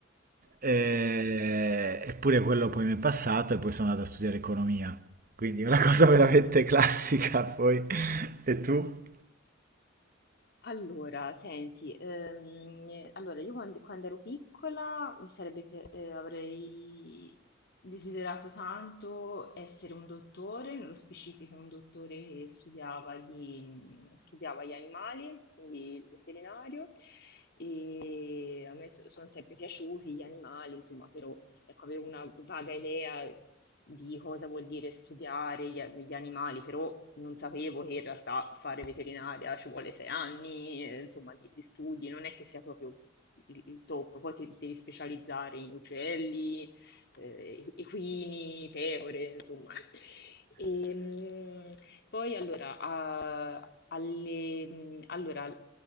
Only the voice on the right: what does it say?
E- eppure quello poi mi è passato e poi sono andato a studiare economia. Quindi una cosa <laughs> veramente classica poi. E tu?